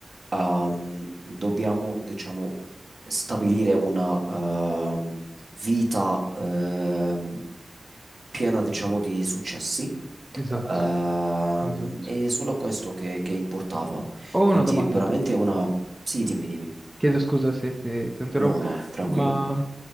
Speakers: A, on the right; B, in the centre.
A: ehm, dobbiamo, diciamo, stabilire una, ehm, vita, ehm, piena, diciamo, di successi.
B: Esatto,
A: Ehm,
B: esatto.
A: e solo questo che, che importava.
B: Ho
A: Quindi
B: una domanda
A: veramente
B: per te.
A: una... Sì, dimmi, dimmi.
B: Chiedo scusa se ti ti interrompo,
A: No, no, tranquillo.
B: ma